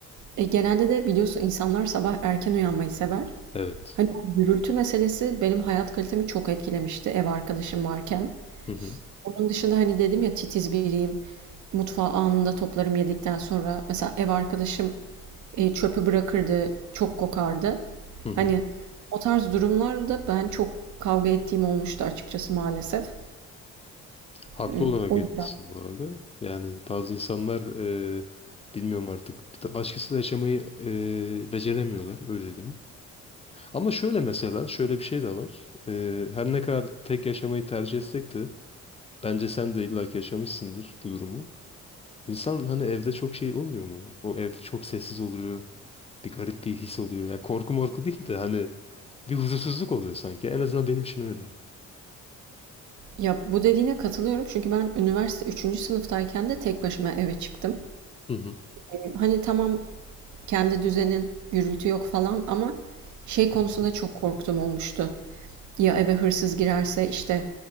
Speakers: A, on the right; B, on the left.
A: E, genelde de biliyorsun insanlar sabah erken uyanmayı sever.
B: Evet.
A: Hani bu gürültü meselesi benim hayat kalitemi çok etkilemişti ev arkadaşım varken.
B: Hı hı.
A: Onun dışında hani dedim ya titiz biriyim. Mutfağı anında toplarım yedikten sonra. Mesela ev arkadaşım e, çöpü bırakırdı, çok kokardı.
B: Hı hı.
A: Hani o tarz durumlarda ben çok kavga ettiğim olmuştu açıkçası maalesef.
B: Haklı
A: E,
B: olarak
A: O
B: etmişsin
A: yüzden.
B: bu arada. Yani bazı insanlar e, bilmiyorum artık başkasıyla yaşamayı e, beceremiyorlar öyle diyeyim. Ama şöyle mesela şöyle bir şey de var. E, her ne kadar tek yaşamayı tercih etsek de bence sen de illaki yaşamışsındır bu durumu. İnsan hani evde çok şey olmuyor mu? O ev çok sessiz oluyor. Bir garip bir his oluyor. Ya korku morku değil de hani bir huzursuzluk oluyor sanki. En azından benim için öyle.
A: Ya bu dediğine katılıyorum çünkü ben üniversite üçüncü sınıftayken de tek başıma eve çıktım.
B: Hı hı.
A: E, Hani tamam kendi düzenin, gürültü yok falan ama şey konusunda
B: Hı hı.
A: çok korktum olmuştu. Ya eve hırsız girerse işte